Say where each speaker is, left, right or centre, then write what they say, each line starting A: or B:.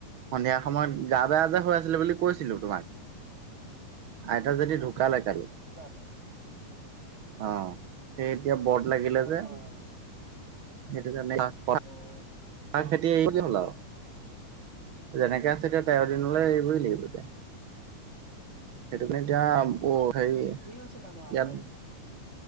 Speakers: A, on the right; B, on the right.
A: সন্ধিয়া সময়ত গা বেয়া যে হৈ আছিলে বুলি কৈছিলোঁ তোমাক। আইতা যদি ঢু কালে কালি।
B: ঢুকালে?
A: অ' সেই এতিয়া বৰ্দ লাগিলে
B: অ',
A: যে,
B: হয় অ'।
A: সেইটো কাৰণে <unintelligible>
B: অ',
A: আমাৰ খেতি <unintelligible>
B: বৰতীয়া?
A: হ'ল আৰু। যেনেকে
B: অ',
A: আছে এতিয়া তেৰ দিনলৈ
B: অ',
A: এৰিবই
B: হয়।
A: লাগিব এতিয়া। <inaudible> সেইটো কাৰণে এতিয়া
B: উম,
A: অ' হেৰি ইয়াত
B: কি হৈছিলানো আইতাজনী?